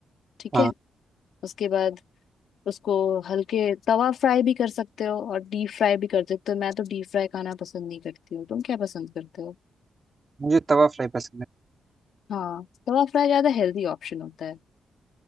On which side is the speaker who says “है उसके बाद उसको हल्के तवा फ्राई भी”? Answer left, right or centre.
Left